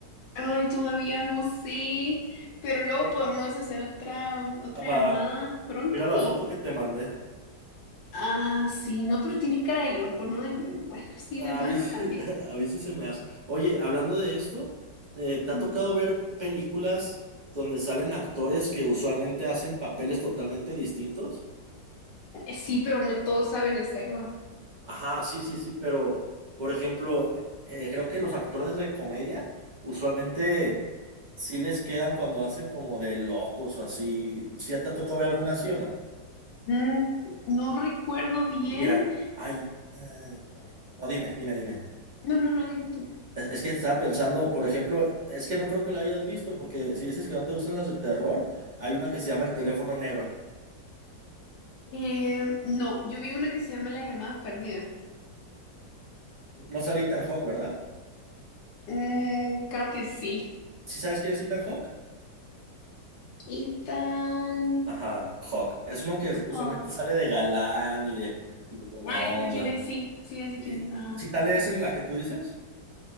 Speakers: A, on the left; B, on the right.
A: Ay, todavía no sé, pero luego
B: Eh,
A: podemos hacer otra, otra llamada
B: Va,
A: pronto
B: mira la
A: y...
B: foto que te mandé.
A: Ah, sí, no, pero tiene cara de loco, ¿no? De, mm, bueno, sí,
B: Ah,
A: de malo
B: A mí, sí-
A: también.
B: <laughs> a mí sí se me hace. Oye, hablando de esto, eh, ¿te
A: <laughs>
B: ha tocado ver películas donde salen actores que usualmente hacen papeles totalmente distintos?
A: Sí, pero no todos saben hacerlo.
B: Ajá, sí, sí, sí, pero por ejemplo, eh, creo que los actores de comedia usualmente sí les quedan cuando hacen como de locos o así. ¿Sí te tocó ver alguna así o no?
A: Mm, No recuerdo bien.
B: Mira, hay... eh, o dime, dime, dime.
A: No, no, no, dime tú.
B: Es es que estaba pensando, por ejemplo, es que no creo que la hayas visto, porque si dices que no te gustan las de terror, hay una que se llama El teléfono negro.
A: Eh, no, yo vi una que se llama La llamada perdida.
B: No sale Ethan Hawke, ¿verdad?
A: Mm, creo que sí.
B: ¿Sí sabes quién es Ethan Hawke?
A: Ethan
B: Ajá, Hawke. Es uno que usualmente
A: Hawke.
B: sale de galán y de, y de buena
A: Ay,
B: onda.
A: es de quién es, sí, sí, es de
B: Y,
A: quién es. ajá.
B: ¿sí sale esa en la que tú dices?